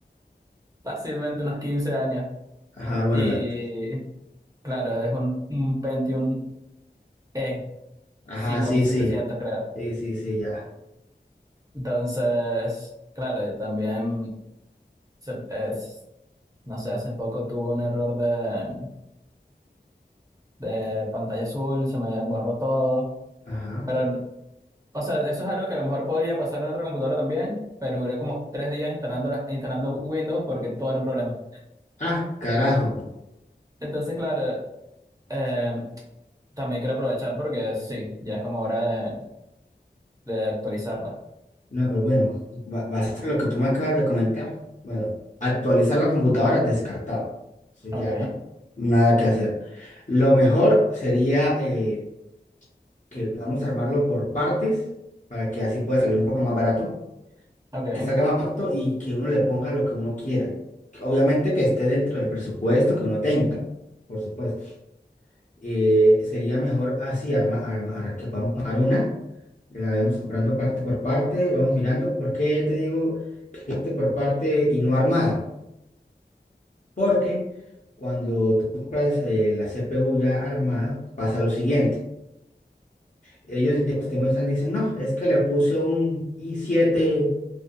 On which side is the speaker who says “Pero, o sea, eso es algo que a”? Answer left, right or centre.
Right